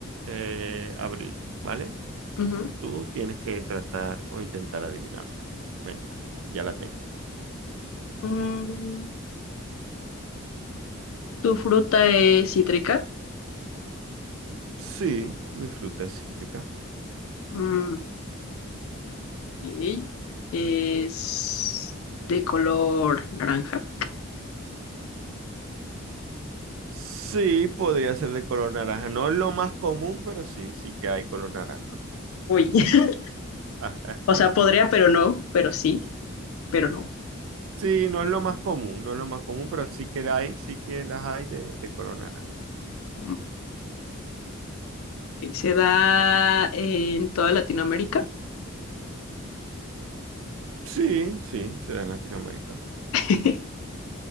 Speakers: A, on the right; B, on the left.
A: eh, Abril, ¿vale?
B: ujú.
A: Tú tienes que tratar o intentar adivinarla. Venga, ya la tengo.
B: Mm, ¿tu fruta es cítrica?
A: Sí, mi fruta es cítrica.
B: Mm, ok. ¿Es de color naranja?
A: Sí, podría ser de color naranja. No es lo más común, pero sí, sí que hay color naranja.
B: Uy, <laughs>
A: Ajá.
B: o sea, podría, pero no, pero sí, pero no.
A: Sí, no es lo más común, no es lo más común, pero sí que hay, sí que las hay de, de color naranja.
B: Mm. Se da en toda Latinoamérica.
A: Sí, sí, se da en Latinoamérica.
B: <laughs>